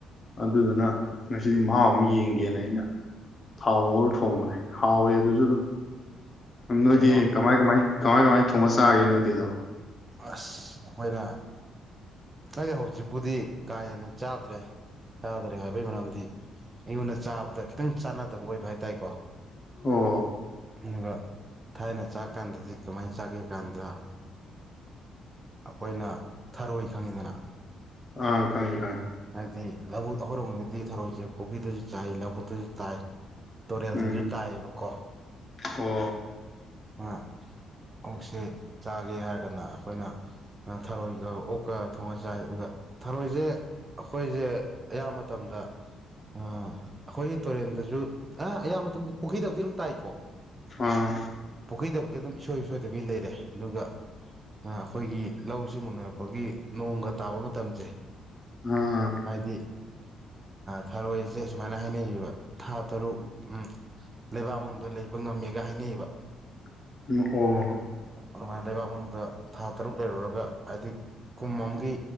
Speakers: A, on the left (about 35°); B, on the right (about 25°).
A: ꯑꯗꯨꯗꯨꯅ ꯉꯁꯤꯗꯤ ꯃꯍꯥꯎ ꯑꯃ ꯌꯦꯡꯒ ꯒꯦꯅ ꯑꯩꯅ ꯊꯥꯎ ꯉꯧꯔ ꯊꯣꯡꯕꯅꯦ ꯍꯥꯎꯋꯦ ꯑꯗꯨꯁꯨ ꯑꯗꯨꯝ ꯅꯣꯏꯗꯤ
B: ꯀꯩꯅꯣ
A: ꯀꯃꯥꯏ ꯀꯃꯥꯏ ꯀꯃꯥꯏ ꯀꯃꯥꯏꯅ ꯊꯣꯡꯉ ꯆꯥꯒꯦ ꯅ ꯏꯗꯤ ꯑꯗꯣ
B: ꯑꯁ ꯑꯩꯈꯣꯏꯅ ꯑꯩ ꯍꯧꯖꯤꯛꯄꯨꯗꯤ ꯀꯥ ꯍꯦꯟꯅ ꯆꯥꯗ꯭ꯔꯦ ꯆꯥꯗ꯭ꯔꯦ ꯍꯥꯏꯕꯒꯤ ꯃꯔꯝꯗꯤ ꯑꯩꯉꯣꯟꯗ ꯆꯥꯕꯗ ꯈꯤꯇꯪ ꯆꯥꯟꯅꯗꯕ ꯑꯣꯏꯕ ꯍꯥꯏ ꯇꯔꯦꯀꯣ
A: ꯑꯣ
B: ꯑꯗꯨꯒ ꯊꯥꯏꯅ ꯆꯥꯛ ꯀꯥꯟꯗꯗꯤ ꯀꯃꯥꯏꯅ ꯆꯥꯒꯦ ꯀꯥꯟꯗ ꯑꯩꯈꯣꯏꯅ ꯊꯔꯣꯏ ꯈꯪꯉꯤꯗꯅ
A: ꯑꯥ ꯈꯉꯦ ꯈꯥꯏ
B: ꯂꯕꯨꯛ ꯑꯩꯈꯣꯏꯗꯤ ꯊꯧꯔꯛꯁꯦ ꯄꯨꯈ꯭ꯔꯤꯗꯁꯨ ꯆꯥꯏ ꯂꯧꯕꯨꯛꯇꯁꯨ ꯇꯥꯏ ꯇꯨꯔꯦꯜꯗꯁꯨ
A: ꯎꯝ
B: ꯇꯥꯏꯌꯦꯕꯀꯣ
A: ꯑꯣ
B: ꯑ ꯑꯣꯛꯁꯤꯦ ꯆꯥꯒꯦ ꯍꯥꯏꯔꯒꯅ ꯑꯩꯈꯣꯏꯅ ꯊꯔꯣꯏꯒ ꯑꯣꯛꯀ ꯊꯣꯡꯉ ꯆꯥꯏ ꯑꯗꯨꯒ ꯊꯔꯣꯏꯁꯦ ꯑꯩꯈꯣꯏꯁꯦ ꯑꯌꯥꯝꯕ ꯃꯇꯝꯗ ꯑꯩꯈꯣꯏꯒꯤ ꯇꯨꯔꯦꯟꯗꯁꯨ ꯑ ꯑꯌꯥꯝꯕ ꯃꯇꯝꯗ ꯄꯨꯈꯔꯤꯗꯕꯗꯤ ꯑꯗꯨꯝ ꯇꯥꯏꯀꯣ
A: ꯑꯥ
B: ꯄꯨꯈꯔꯤꯗꯕ ꯑꯗꯨꯝ ꯏꯁꯣꯏ ꯁꯣꯏꯗꯕꯤ ꯂꯩꯔꯦ ꯑꯗꯨꯒ ꯑꯩꯈꯣꯏꯒꯤ ꯂꯧꯁꯤꯡ ꯎꯅꯔꯛꯄꯒꯤ ꯅꯣꯡꯒ ꯇꯥꯕ ꯃꯇꯝꯁꯦ
A: ꯑꯝ
B: ꯍꯥꯏꯗꯤ ꯊꯔꯣꯏꯁꯦ ꯁꯨꯃꯥꯏꯅ ꯍꯥꯏꯅꯩꯕ ꯊꯥ ꯇꯔꯨꯛ ꯎ ꯂꯩꯕꯥꯛ ꯃꯅꯨꯡꯗ ꯂꯩꯕ ꯉꯝꯃꯦꯒ ꯍꯥꯏꯅꯩꯕ
A: ꯑꯣ
B: ꯑꯗꯨꯃꯥꯏꯅ ꯂꯩꯕꯥꯛ ꯃꯅꯨꯡꯗ ꯊꯥ ꯇꯔꯨꯛ ꯂꯩꯔꯨꯔꯒ ꯍꯥꯏꯗꯤ ꯀꯨꯝ ꯑꯃꯒꯤ